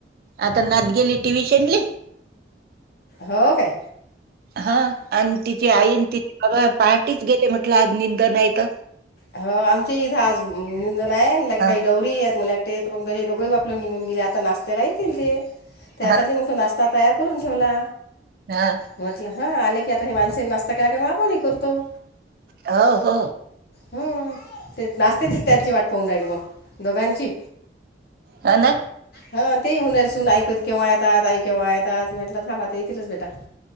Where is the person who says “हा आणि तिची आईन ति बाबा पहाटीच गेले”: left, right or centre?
Right